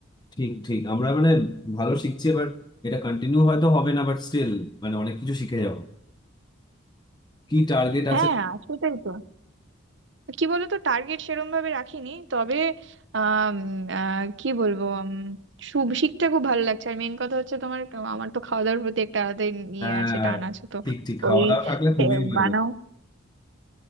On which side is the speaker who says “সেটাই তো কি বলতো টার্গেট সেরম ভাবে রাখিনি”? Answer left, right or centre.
Right